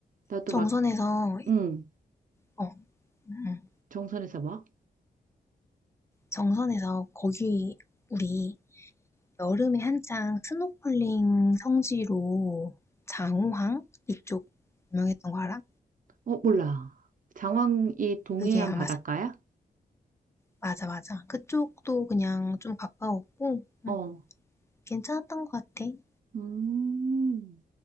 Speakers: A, on the right (about 55°); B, on the left (about 15°).
A: 나도
B: 정선에서
A: 막 응
B: 어 응, 응.
A: 정선에서 막
B: 정선에서 거기 우리 여름에 한창 스노클링 성지로 장호항 이쪽 유명했던 거 알아?
A: 어 몰라 장왕이 동해안
B: 그게 아마
A: 바닷가야?
B: 맞아 맞아 그쪽도 그냥 좀 가까웠고
A: 어
B: 응, 괜찮았던 것 같아 응.
A: 음.